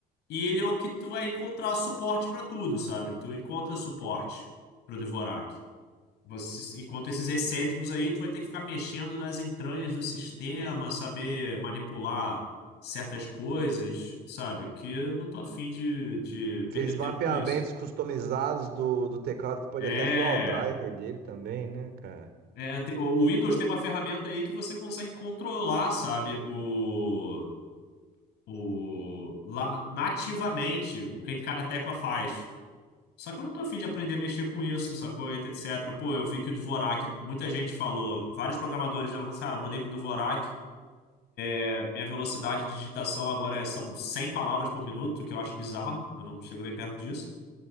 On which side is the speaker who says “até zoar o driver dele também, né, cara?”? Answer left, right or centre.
Right